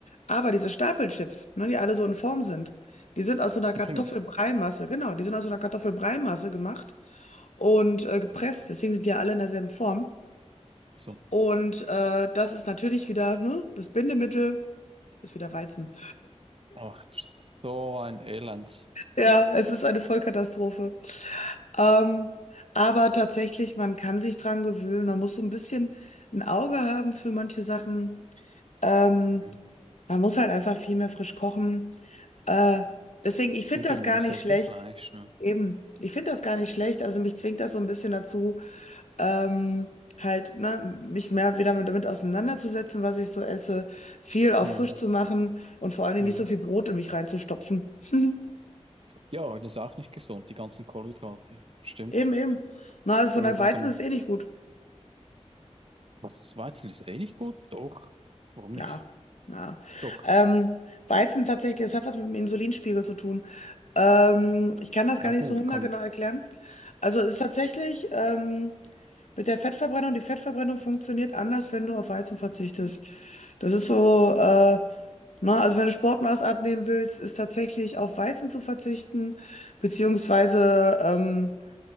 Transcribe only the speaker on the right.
Die Pringles.
So.
Ach, so ein Elend.
Hm.
Viel Gemüse,
viel
Fleisch, ne?
Mhm.
Mhm.
Ja, das ist auch nicht gesund, die ganzen Kohlenhydrate. Stimmt.
Und,
und
dann,
das Weizen ist eh nicht gut? Doch. Warum
nicht?
Doch.
Na
gut,
kann,